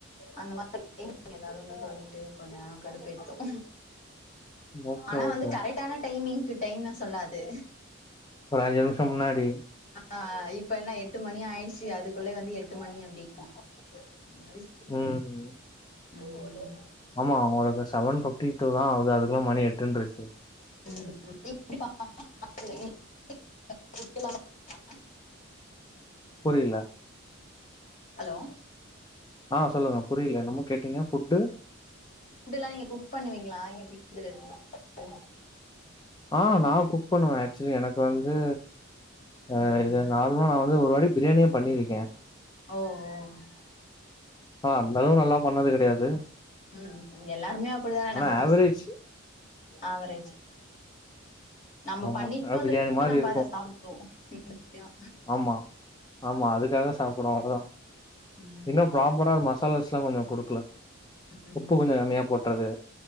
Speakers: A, on the left (about 35°); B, on the left (about 20°).
A: அந்த மாதிரி மிங் ஏதாவதுன்னு சொல்லிட்டு கொஞ்ச நேரம் கடுப்பேத்தும்
B: ஓகே
A: ஆனா
B: ஓகே
A: வந்து கரெக்டான டைமிங்க்கு டைம்லா சொல்லாது
B: ஒரு அஞ்சு நிமிஷம் முன்னாடி
A: ஆ இப்ப என்ன எட்டு மணி ஆயிடுச்சு அதுக்குள்ள வந்து எட்டு மணி அப்படின்னு அந்த மாரி
B: ம்
A: ம்
B: ஆமா அவுங்களுக்கு சவன் பிப்டி டூ தா ஆவுது அதுக்குள்ள மணி எட்டுன்ருச்சு
A: <inaudible>
B: புரியில
A: ஹலோ
B: ஆ சொல்லுங்க புரியில என்னமோ கேட்டீங்க ஃபுட்டு
A: ஃபுட்டுல்லா நீங்க குக் பண்ணுவீங்ளா நீங்க பீ ஜி ல இருக்கும்போது
B: ஆ நா குக் பண்ணுவே ஆக்சுலி எனக்கு வந்து அ
A: ம்
B: இத
A: ம்
B: நார்மலா நா வந்து ஒருவாட்டி பிரியாணியே பண்ணிருக்கே
A: ஓஓ
B: ஆ அந்த அளவுக்கு நல்லா பண்ணது கெடையாது
A: ம் எல்லாருமே அப்படிதானே
B: ஆனா
A: நம்ம ஃபஸ்ட்
B: ஆவரேஜ்
A: ஆவரேஜு
B: <inaudible>
A: நம்ப
B: ஆமா
A: பண்ணிட்டோன்றது
B: ஆ பிரியாணி
A: போய்
B: மாரி
A: நம்
B: இருக்கு
A: அத சாப்டுவோ <inaudible>
B: ஆமா ஆமா அதுக்காகதா சாப்புறோ அவ்ளோதா
A: ம் ம்
B: இன்னும் ப்ராப்பரா மசாலாஸ்ல்லா கொஞ்ச குடு க்லா
A: ம்
B: உப்பு கொஞ்சொ
A: ம்
B: கம்மியா போட்றது